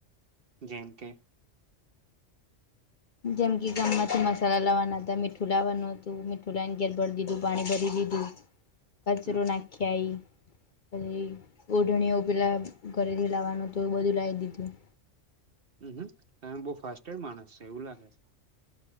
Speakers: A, on the right; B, on the left.
A: જેમ કે,
B: જેમ કે ગામમાંથી મસાલા લાવવાના હતા, મીઠું લાવવાનું હતું, મીઠ ઠુલા ને ઘેર ભરી દીધું, પાણી ભરી દીધું, કચરો
A: હમ
B: નાખી આઈ. પછી ઓઢણીઓ પેલા ઘરેથી લાવવાનું હતું એ બધું લાઇ દીધું.
A: હમ હમ બહુ ફાસ્ટેડ માણસ છે એવું લાગે છે.